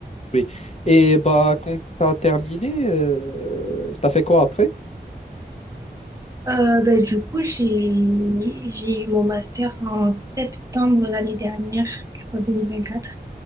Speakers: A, on the left; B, on the right.
A: Oui. Et bah, quand tu as terminé, euh, tu as fait quoi après?
B: Euh, bah, du coup, j'ai, j'ai eu mon master en septembre l'année dernière, je crois, 2024.